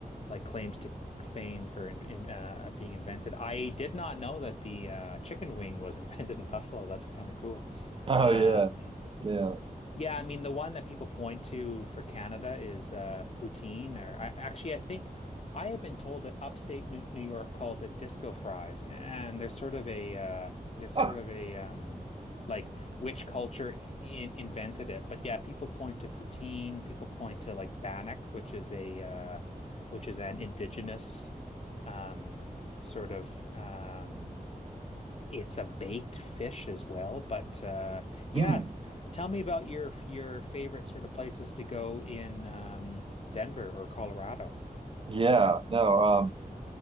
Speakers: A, on the left; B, on the right.
A: like claims to fame for in, in, uh, being invented. I did not know that the uh, chicken wing was <laughs> invented in Buffalo. That's kind of cool.
B: Oh
A: Um,
B: yeah, yeah.
A: yeah, I mean the one that people point to for Canada is uh poutine or I, actually I think I have been told that upstate New, New York calls it disco fries and there's sort of a uh there's
B: <laughs>
A: sort
B: Ah,
A: of a um like which culture in, invented it. But yeah, people point to poutine, people point to like bannock, which is a uh which is an indigenous um sort of um it's a baked fish as well. But uh, yeah,
B: mm.
A: tell me about your your favorite sort of places to go in um, Denver or Colorado.
B: Yeah, no. Um,